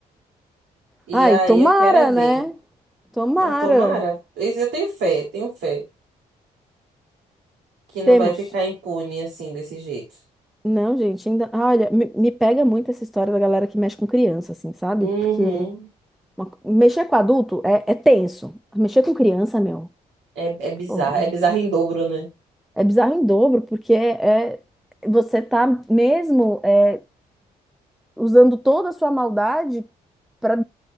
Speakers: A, on the right (about 75°); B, in the centre.
A: E
B: Ai,
A: aí
B: tomara,
A: eu quero é ver.
B: né? Tomara.
A: Ai, tomara. Isso Eu tenho fé, tenho fé. Que não
B: Temos.
A: vai ficar impune assim, desse jeito.
B: Não, gente, ainda. ah, Olha, me, me pega muito essa história da galera que mexe com criança, assim, sabe?
A: Uhum.
B: Porque uma co- mexer com adulto é, é tenso. Mexer com criança, meu,
A: É, é bizarro.
B: pô,
A: É bizarro em dobro, né?
B: é bizarro em dobro, porque é, é- você tá mesmo é, usando toda a sua maldade para